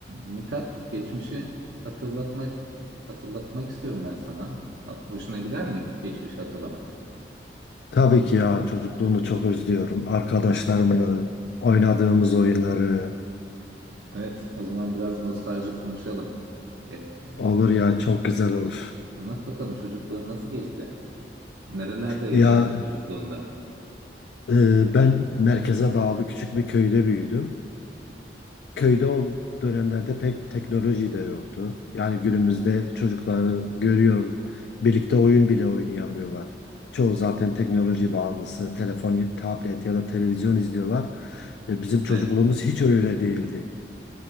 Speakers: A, on the right; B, on the left.
A: Mithat geçmişi hatırlatmak hatırlatmak istiyorum ben sana. Ha- Hoşuna gider mi geçmişi hatırlamak?
B: Tabii ki ya çocukluğumu çok özlüyorum. Arkadaşlarımı, oynadığımız oyunları
A: Evet, o zaman biraz nostaljik konuşalım. Ee,
B: olur ya çok güzel olur.
A: anlat bakalım çocukluğun nasıl geçti? Nerelerde yaşadın
B: Ya
A: çocukluğunda?
B: e, ben merkeze bağlı küçük bir köyde büyüdüm. Köyde o dönemlerde pek teknoloji de yoktu. Yani günümüzde çocukları görüyorum. Birlikte oyun bile oynayamıyorlar. Çoğu zaten teknoloji bağımlısı, telefon, tablet ya da televizyon izliyorlar. E, bizim çocukluğumuz
A: Evet,
B: hiç öyle değildi.